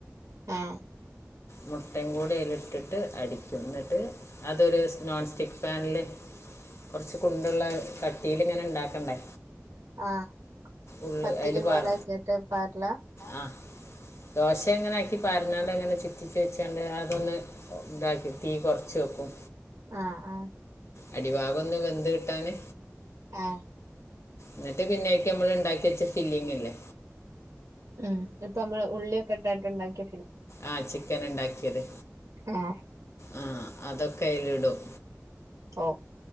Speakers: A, on the right; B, on the left.
A: ആഹ്
B: മുട്ടയും കൂടി അതില് ഇട്ടിട്ട് അടിക്ക എന്നിട്ട് അതൊരു നോൺസ്റ്റിക്ക് പാനില് കൊറച്ച കുണ്ടുള്ള കട്ടീല് ഇങ്ങനെ ഉണ്ടാക്കണ്ടേ
A: ആഹ്
B: ഉള്ളു
A: പത്തിരി
B: അതിൽ പാർ
A: പോലെ <unintelligible>
B: ആ ദോശ എങ്ങനെ ആക്കി പറഞ്ഞാണ്ട് എങ്ങനെ ചുറ്റി വെച്ചാണ്ട് അതൊന്ന് ഉണ്ടാക്കി തീ കൊറച്ചു വെക്കും
A: ആ ആ
B: അടിഭാഗൊന്നു വെന്ത് കിട്ടാന്
A: ആഹ്
B: എന്നിട്ട് പിന്നേക്ക് നമ്മള് ഉണ്ടാക്കി വെച്ച ഫില്ലിങ്ങില്ലേ
A: ഉം ഇപ്പ നമ്മള് ഉള്ളിക്കെ ഇട്ടായിട്ട് ഉണ്ടാക്കി
B: ആഹ് ചിക്കൻ ഉണ്ടാക്കിയത്
A: ആഹ്
B: ആ അതൊക്കെ അതില് ഇടും
A: ഓ